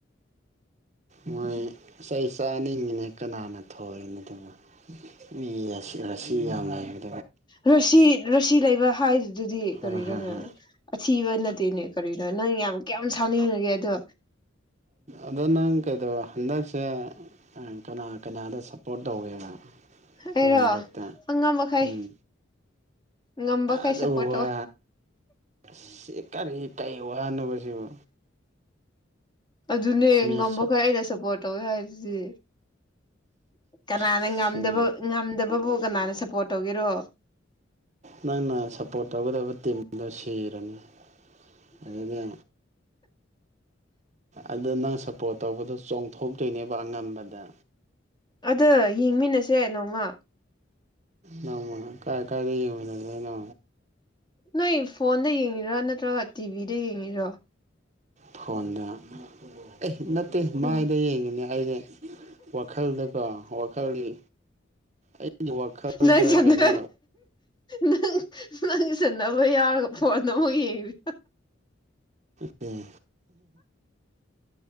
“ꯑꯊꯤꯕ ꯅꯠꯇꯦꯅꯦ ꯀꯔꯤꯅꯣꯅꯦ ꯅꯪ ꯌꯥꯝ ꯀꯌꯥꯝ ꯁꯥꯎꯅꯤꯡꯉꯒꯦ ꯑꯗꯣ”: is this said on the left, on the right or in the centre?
Left